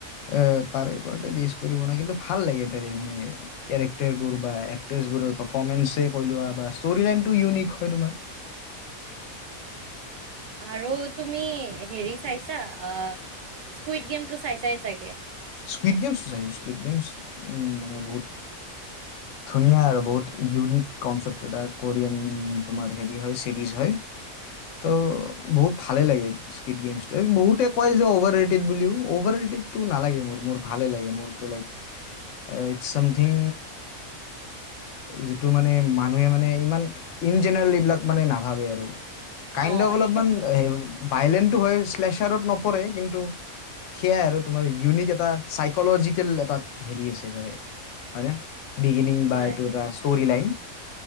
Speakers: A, on the left; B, on the right.
A: অ' তাৰে ওপৰতে বেছ কৰি বনাই কিন্তু ভাল লাগে তেনে কেৰেক্টাৰবোৰ বা এক্টোৰ পাৰফে কৈ লোৱা বা ষ্টৰি লাইনটো ইউনিক হয় তোমাৰ। <inaudible>
B: আৰু তুমি হেৰি চাইছা অ' স্কুইড গেমটো চাইছাই চাগে।
A: স্কুইড গেমছটো চাইছো স্কুইড গেমছ উম মানে বহুত ধুনীয়া আৰু বহুত ইউনিক কনচেপ্ট এটা কোৰিয়ান তোমাৰ হেৰি হয় চিৰিজ হয়। ত' বহুত ভালে লাগে স্কুইট গেম ত' বহুতে কয় যে অভাৰ ৰেটিড বুলিও। অভাৰ ৰেটিডতো নালাগে মোৰ। মোৰ ভালে লাগে মোৰ লাইক ইট চামথিইিং যিটো মানে মানুহে মানে ইমান ইন জেনেৰেল এইবিলাক মানে নাভাবে আৰু। কাইণ্ড
B: অ
A: অলপমান
B: সেইটো ভ-
A: ভাইলেন হেইটো হয় চ্লেচাৰত নপৰে কিন্তু সেয়া আৰু ইউনিক এ চাইকজিকেল এটা হেৰি আছে হয়নে? বিগিনিং বা
B: হয়
A: এইটো এটা ষ্টৰি লাইন।